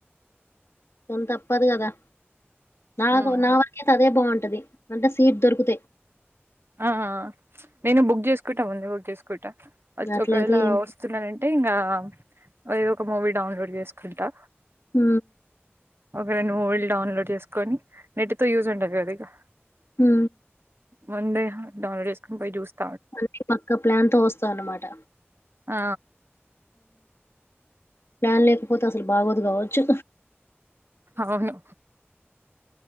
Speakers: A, on the left; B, on the right.
A: కొంత తప్పదు కదా నాకు
B: ఉమ్.
A: నా వరకే అదే బాగుంటు ది అంటే సీట్ దొరుకుతే
B: ఆ నేను బుక్ చేసుకుంటా ముంది బుక్ చేసుకు కుంట
A: అట్లయితే
B: ఒకవేళ
A: ఏం
B: వస్తున్నానంటే ఇంగా ఏదో ఒక మూవీ డౌన్లోడ్ చేసుకుంటా
A: ఊ
B: ఒకరొండుముళ్ డౌన్లోడ్ చేసుకొని నెట్ తో యూజ్ ఉండదు కద ఇగా
A: హు
B: ముందే డౌన్ లోడ్ చేసుకని పోయి చూస్త
A: అంటే పక్కా ప్లాన్ తో వస్తావాన్నమాట
B: ఆ
A: ప్యాన్ లేకపోతే అసలు బాగోదు కావచ్చు
B: అవును